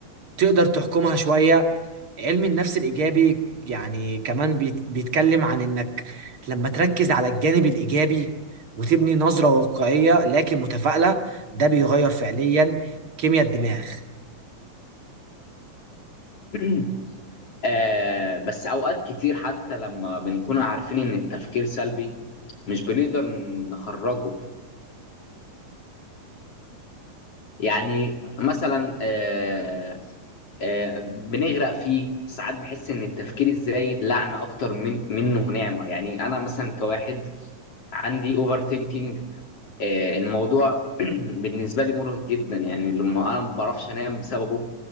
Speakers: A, on the right; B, on the left.
A: تقدر تحكمها شوية علم النفس الإيجابي يعني كمان بيت- بيتكلم عن إنك لما تركز على الجانب الإيجابي وتبني نظرة واقعية لكن متفائلة ده بيغير فعليا كيمياء الدماغ
B: <clears throat> آه بس اوقات كتير حتى لما بنكون عارفين ان التفكير سلبي مش بنقدر نخرجه يعني مثلا آه آه بنغرق فيه ساعات بحس ان التفكير الزايد لعنة اكتر من منه نعمة يعني انا مثلا كواحد عندي اوفر ثينكينج آه، الموضوع <clears throat> بالنسبة لي مرهق جدا يعني لما أنا ما بعرفش أنام بسببه